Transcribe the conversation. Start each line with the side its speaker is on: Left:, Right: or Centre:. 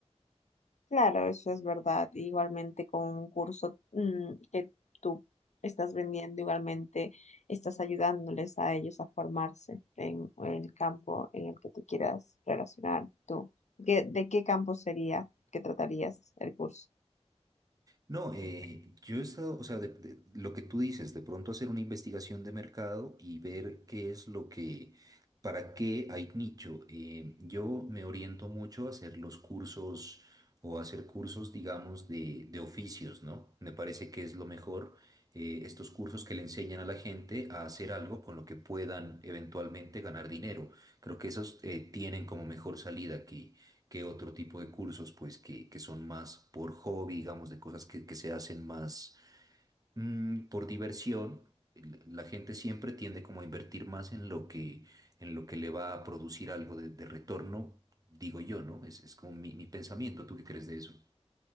Left: Claro, eso es verdad. Igualmente con un curso mm, que tú estás vendiendo, igualmente estás ayudándoles a ellos a formarse en, el campo en el que tú quieras relacionar tú. ¿Qué- de qué campo sería que tratarías el curso?
Right: No, eh, yo he estado, o sea, de- de- lo que tú dices, de pronto hacer una investigación de mercado y ver qué es lo que, para qué hay nicho. Eh, yo me oriento mucho a hacer los cursos o a hacer cursos, digamos, de, de oficios, ¿no? Me parece que es lo mejor, eh, estos cursos que le enseñan a la gente a hacer algo con lo que puedan eventualmente ganar dinero. Creo que esos eh, tienen como mejor salida aquí que otro tipo de cursos, pues que, que son más por hobby, digamos, de cosas que, que se hacen más mm, por diversión. L- La gente siempre tiende como a invertir más en lo que, en lo que le va a producir algo de, de retorno, digo yo, ¿no? Es, es como mi, mi pensamiento. ¿Tú qué crees de eso?